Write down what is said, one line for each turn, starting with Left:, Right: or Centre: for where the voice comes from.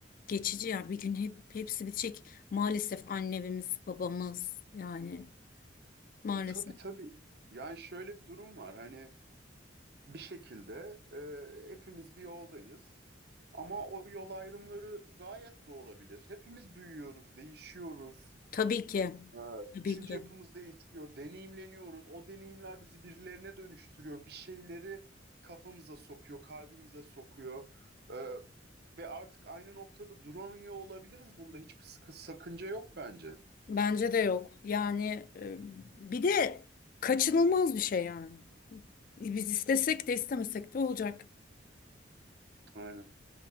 Left: geçici. Yani bir gün hep hepsi bitecek. Maalesef annemiz, babamız yani maalesef.
Right: E, tabii tabii. Yani şöyle bir durum var. Hani bir şekilde e, hepimiz bir yoldayız. Ama o yol ayrımları gayet de olabilir. Hepimiz büyüyoruz, değişiyoruz.
Left: Tabii ki,
Right: E,
Left: tabii
Right: düşünce
Left: ki.
Right: yapımız değişiyor, deneyimleniyoruz. O deneyimler bizi birilerine dönüştürüyor. Bir şeyleri kafamıza sokuyor, kalbimize sokuyor. E, ve artık aynı noktada duramıyor olabiliriz. Bunda hiçbir sıkı- sakınca yok bence.
Left: Bence de yok. Yani e, bir de kaçınılmaz bir şey yani. Biz istesek de istemesek de olacak.
Right: Aynen.